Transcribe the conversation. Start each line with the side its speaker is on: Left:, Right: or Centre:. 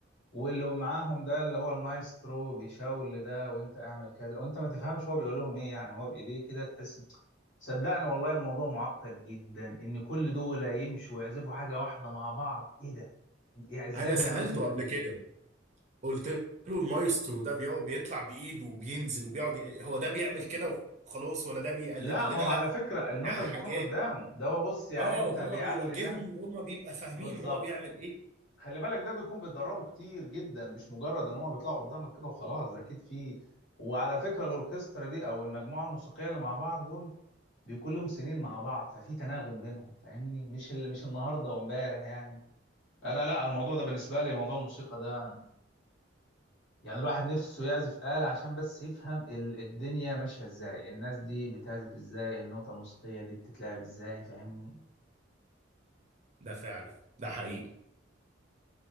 Left: واللي معاهم ده اللي هو المايسترو بيشاور لده وانت اعمل كذا وانت ما تفهمش هو بيقول لهم ايه يعني هو بايديه كده تحس صدقني والله الموضوع معقد جدا ان كل دول يمشوا ويعزفوا حاجه واحده مع بعض ايه ده يعني ازاي
Right: انا
Left: بيعملوا
Right: سالته
Left: كده
Right: قبل كده قلت له المايسترو ده بيقعد بيطلع بايده وبينزل وبيقعد ي- هو ده بيعمل كده وخلاص ولا ده بي- قال
Left: لا
Right: لي- قال
Left: ما
Right: لنا
Left: هو على
Right: لا
Left: فكره النوتة
Right: ده حاجات
Left: بتكون قدامه ده هو بص يعني
Right: اه
Left: انت
Right: وهو
Left: بيعلي
Right: بيوجههم
Left: ده
Right: وهم بيبقى فاهمين
Left: بالظبط
Right: هو بيعمل ايه
Left: خلي بالك ده بيكون بيتدربوا كتير جدا مش مجرد ان هو بيطلعوا قدامك كده وخلاص ده اكيد فيه وعلى فكره الاوركسترا دي او المجموعه الموسيقيه اللي مع بعض دول بيكون لهم سنين مع بعض ففي تناغم بينهم فاهمني مش ال... مش النهارده وامبارح يعني انا لا الموضوع ده بالنسبه لي موضوع الموسيقى ده يعني الواحد نفسه يعزف آلة عشان بس يفهم ال- الدنيا ماشية ازاي الناس دي بتعزف ازاي النوتة الموسيقية دي بتتلعب ازاي فاهمني
Right: ده فعلا ده حقيقي